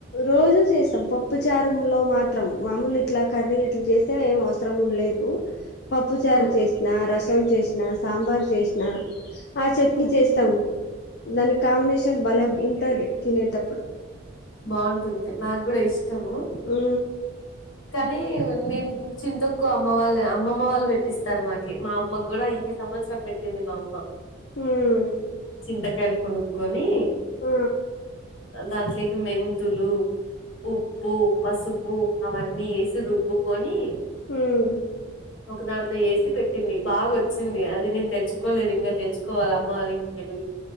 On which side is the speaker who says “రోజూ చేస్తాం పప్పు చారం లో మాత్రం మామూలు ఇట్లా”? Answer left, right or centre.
Left